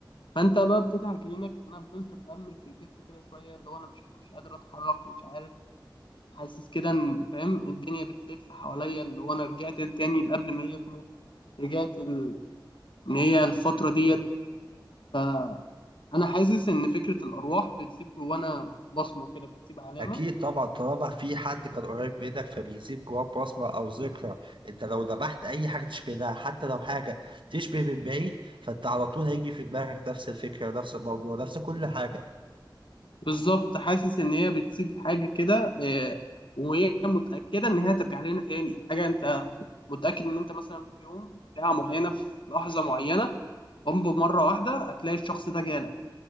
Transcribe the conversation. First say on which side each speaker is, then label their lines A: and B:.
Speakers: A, on the left; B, on the right.
A: فانت بقى بتدعك عينك انا فضلت اتأمل في البيت كده شوية اللي هو انا مش مش قادر اتحرك مش عارف حاسس كده ان فاهم الدنيا بتلف حواليا اللي هو انا رجعت تاني قبل ما هي تموت رجعت ال... ان هي الفترة ديت فانا حاسس ان فكرة الارواح بتسيب جوانا بصمة كده بتسيب علامة
B: أكيد طبعا طالما في حد كان قريب منك فبيسيب جواك بصمة أو ذكرى، أنت لو ذبحت أي حاجة تشبه ده حتى لو حاجة تشبه من بعيد فأنت على طول هيجي في دماغك نفس الفكرة نفس الموضوع نفس كل حاجة،
A: بالظبط حاسس ان هي بتسيب حاجة كده آه، وهي متأكدة ان هي ترجع لنا تاني حاجة انت متأكد ان انت مثلا في يوم في ساعة معينة في لحظة معينة قم بمرة واحدة هتلاقي الشخص ده جالك